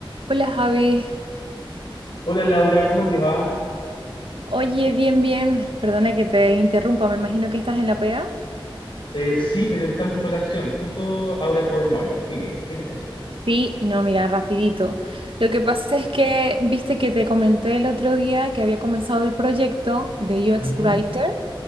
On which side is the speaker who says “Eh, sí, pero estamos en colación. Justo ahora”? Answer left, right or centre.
Left